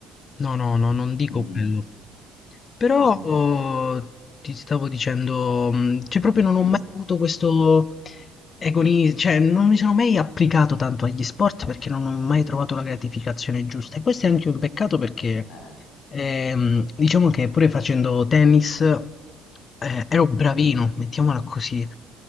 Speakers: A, on the left; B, on the left.
A: No, no, no, non dico
B: <laughs> mhm,
A: quello. Però
B: mhm,
A: oh, ti stavo dicendo, mh, cioè proprio non ho
B: mhm.
A: mai avuto questo... agoni- cioè non mi sono mai applicato tanto agli sport perché non ho mai trovato la gratificazione giusta. E questo è anche un peccato perché
B: Eh,
A: ehm, diciamo che pure facendo tennis eh, ero bravino, mettiamola così.